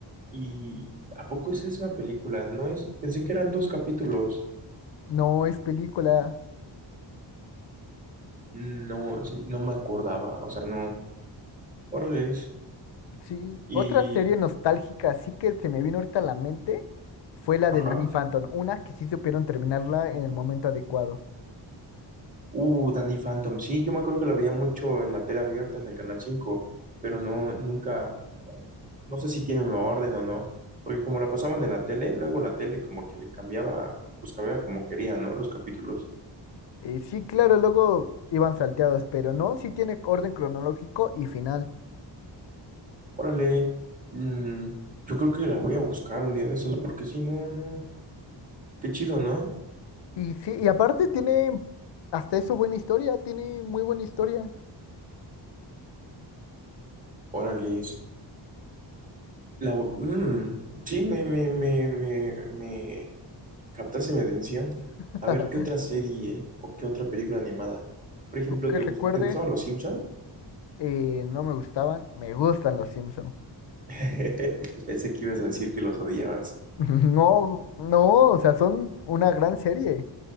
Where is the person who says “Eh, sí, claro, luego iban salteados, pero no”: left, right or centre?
Left